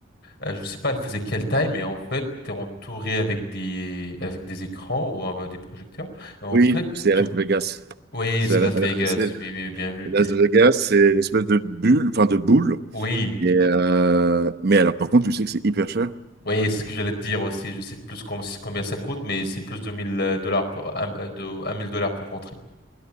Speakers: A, on the left; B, on the right.
A: euh, je sais pas, elle faisait quelle taille, mais en fait, t'es entouré avec des, avec des écrans ou euh, des projecteurs. Et en
B: oui,
A: fait,
B: c'est
A: tout...
B: à Las Vegas.
A: oui,
B: C'est
A: c'est
B: à
A: Las
B: la-
A: Vegas.
B: c'est-
A: Oui, oui, bien vu.
B: Las Vegas, c'est une espèce de bulle, enfin, de boule.
A: Oui,
B: Et, euh, mais alors, par contre, tu sais que c'est hyper cher.
A: oui, c'est ce que j'allais te dire aussi. Je sais plus com- combien ça coûte, mais c'est plus de 1000 euh, dollars pour, un- euh, de, 1000 dollars pour rentrer.